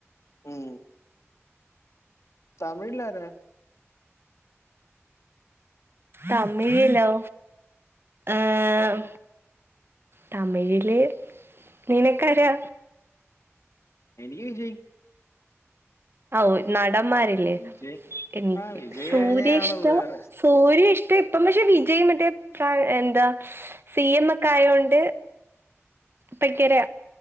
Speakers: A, on the left (about 75°); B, on the right (about 50°).
A: ഉം തമിഴില്ലാ രാ?
B: തമിഴില്ലോ ഏഹ് തമിഴില് നിനക്കരാ?
A: എനിക്ക് വിജയ്
B: ഔ നടന്മാരേ ല്
A: വിജയ്
B: എനിക്ക്
A: ആ വിജയ്
B: സൂര്യേ
A: കഴിഞ്ഞ ആളുള്ളൂ
B: ഷ്ട
A: വേറെ
B: സൂര്യേ ഷ്ടോ ട്ട പക്ഷെ വിജയി മറ്റെ ഫ എന്താ സി എം ഒക്കായോണ്ട് പ്പക്കര